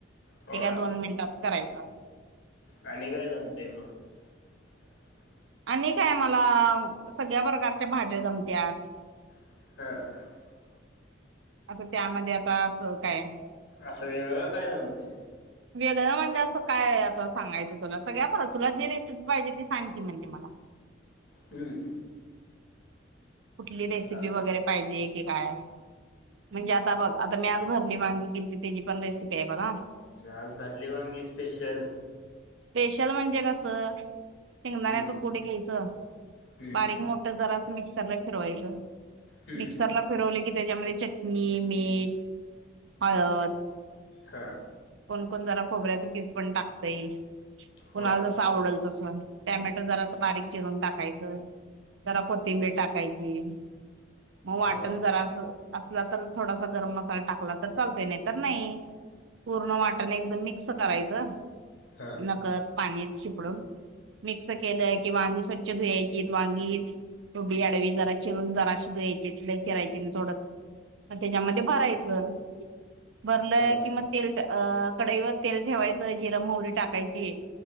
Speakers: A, on the left (about 80°); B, on the right (about 75°).
A: होय
B: ते काय दोन मिनिटात करायच.
A: आणि काय जमतय मग. <inaudible>
B: आणि काय मला सगळ्या प्रकारच्या भाज्या जमत्यात.
A: ह
B: आता त्यामध्ये आता अस काय.
A: असं वेगळं काय जमतेय.
B: वेगळ म्हणजे असं काय आता सांगायचं तुला सगळ्या भा तुला जी रेसिपी पाहिजे ती सांग की, म्हणजे मला.
A: हम्म.
B: कुठली
A: आता
B: रेसिपी वगैरे पाहिजे की काय म्हणजे आता बघ आता मी आज भरली वांगी केलती त्याची पण रेसिपी आहे बघ हा.
A: आज भरली वांगी स्पेशल.
B: स्पेशल म्हणजे कसं शेंगदाण्याचं
A: हम्म
B: कुट घ्यायचं
A: हम्म
B: बारीक मोठ जरा. मिक्सरला फिरवायच
A: हम्म
B: मिक्सरला फिरवलं की, त्याच्यामध्ये चटणी, मीठ, हळद
A: हा
B: कोण कोण जरा खोबऱ्याचा कीस पण टाकतंय. कोणाला
A: होय
B: जस आवडेल तस टोमॅटो जरा असं बारीक चिरून टाकायचं. जरा कोथिंबीर टाकायची. मग वाटण
A: होय
B: जरा अस असलं तर थोडासा गरम मसाला टाकला तर चालतोय नाही तर नाही. पूर्ण वाटण एकदम मिक्स करायचं
A: हा
B: नकळत पाणी शिपडून मिक्स केलं की, वांगी स्वच्छ धुवायचीत वांगी उभी आडवी जरा चिरून जराशी धुवायची आणि चिरायची थोडंच. मग त्याच्यामध्ये भरायचं भरलं
A: बर
B: कि, मग तेल अ कढईवर तेल ठेवायचं, जिरं मोहरी टाकायची.